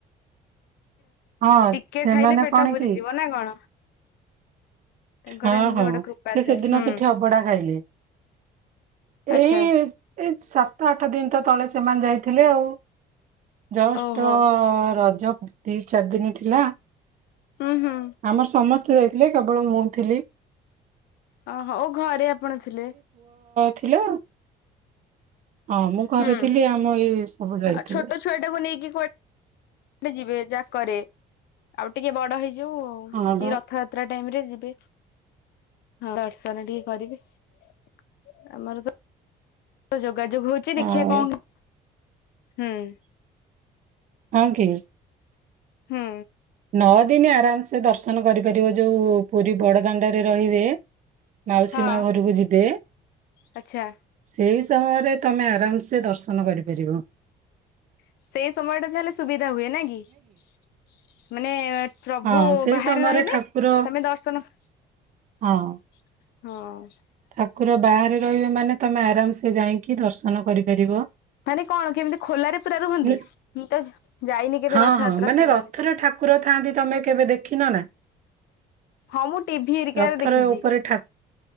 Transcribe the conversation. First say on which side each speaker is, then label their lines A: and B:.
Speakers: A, on the right; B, on the left.
A: ହଁ
B: ଟିକେ
A: ସେମାନେ
B: ଖାଇଲେ ପେଟ
A: କଣ
B: ପୁରିଯିବ
A: କି <inaudible>
B: ନା କଣ? ତାଙ୍କର
A: ହଁ
B: ଏମିତି
A: ହଁ
B: ଗୋଟେ କୃପା
A: ସେ
B: ଥାଏ
A: ସେଦିନ
B: ହୁଁ
A: ସେଠି ଅବଢ଼ା ଖାଇଲେ, <inaudible>
B: ଆଚ୍ଛା
A: ଏଇ ଏଇ । ଆଠ ଦିନ ତ ତଳେ ସେମାନେ ଯାଇଥିଲେ ଆଉ। ଜଷ୍ଟ
B: ଓହୋ
A: ଓ ରଜ । <unintelligible> ଚାରି ଦିନ୍‌ ଥିଲା। <inaudible>
B: ହୁଁ ହୁଁ।
A: ଆମର ସମସ୍ତେ ଯାଇ । <unintelligible> ମୁଁ, ଥିଲି।
B: ଓହୋ ଓ ଘରେ ଆପଣ ଥିଲେ ।
A: ଥିଲ ହଁ ମୁଁ ଘରେ
B: ହୁଁ
A: ଥିଲି ଆମ ଏଇ ସବୁ ଯାଇଥିଲେ।
B: ଆଉ ଛୋଟ
A: <inaudible>
B: ଛୁଆଟାକୁ ନେଇକି କୁଆଡେ ଯିବେ ଯାକରେ <inaudible> ଆଉ ଟିକେ ବଡ ହେଇ । ଯୋଉ <inaudible>
A: ହଁ
B: କି,
A: ବା
B: ରଥଯାତ୍ରା। <unintelligible> ଯିବେ ଦର୍ଶନ ଟିକେ କରିବି, <inaudible> ଆମର ତ । <unintelligible> ଯୋଗାଯୋଗ ହଉଛି ଦେଖିବା
A: ଆଉ
B: କଣ ହୁଁ।
A: ହ କି।
B: ହଁ।
A: ନଅ ଦିନ ଆରାମ ସେେ ଦର୍ଶନ କରିପାରିବ ଯୋଉ ପୁରୀ ବଡଦାଣ୍ଡରେ ରହିବେ। ମାଉସୀ
B: ହଁ
A: ମା ଘରକୁ ଯିବେ
B: ଆଚ୍ଛା
A: ସେଇ ସମୟରେ ତମେ ଆରାମସେ ଦର୍ଶନ କରିପାରିବ।
B: ସେଇ ସମୟଟା ହେଲେ ସୁବିଧା। ହୁଏ ନ କି ମାନେ ପ୍ରଭୁ
A: ହଁ ସେଇ
B: ବାହାରେ
A: ସମୟରେ
B: ରହିଲେ
A: ଠାକୁର
B: ତମେ ଦର୍ଶନ
A: ହଁ।
B: ହଁ।
A: ଠାକୁର ବାହାରେ ରହିବେ ମାନେ ତମେ ଆରାମ ସେ ଯାଇକି ଦର୍ଶନ କରିପାରିବ।
B: ମାନେ କଣ କେମିତି ଖୋଲାରେ ପୁରା ରୁହନ୍ତି
A: ନି
B: ମୁଁ ତ ଯାଇନି କେବେ
A: ହଁ
B: ରଥଯାତ୍ରା
A: ହଁ ମାନେ
B: ସମୟରେ
A: ରଥର ଠାକୁର ଥାଆନ୍ତି ତମେ । କେବେ ଦେଖିନ ନା।
B: ହଁ ମୁଁ ଟିଭି ଏରିକରେ
A: ରଥରେ
B: ଦେଖିଛି
A: ଉପରେ
B: ।
A: ଠା